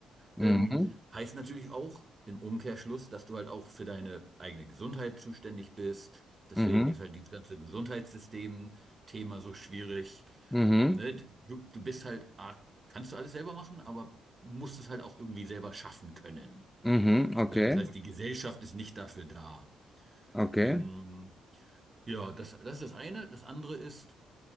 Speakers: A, in the centre; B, on the right.
A: Mhm.
B: Ähm, heißt natürlich auch im Umkehrschluss, dass du halt auch für deine eigene Gesundheit zuständig bist. Deswegen
A: Mhm.
B: ist halt dieses ganze Gesundheitssystem-Thema so schwierig.
A: Mhm.
B: Ne? Du, du bist halt, ah, kannst du alles selber machen, aber musst es halt auch irgendwie selber schaffen können.
A: Mhm. Okay.
B: Ne? Das heißt, die Gesellschaft ist nicht dafür da.
A: Okay.
B: Ähm, ja, das, das ist das eine. Das andere ist,